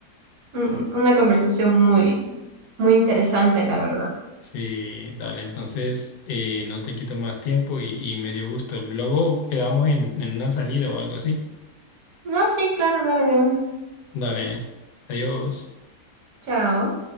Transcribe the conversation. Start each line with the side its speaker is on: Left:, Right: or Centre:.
Right: Mm, Una conversación muy, muy interesante, la verdad.
Left: Sí, dale, entonces eh, no te quito más tiempo y, y me dio gusto. Luego quedamos en, en una salida o algo así.
Right: No, sí, claro, dale de una.
Left: Dale, adiós.
Right: Chao.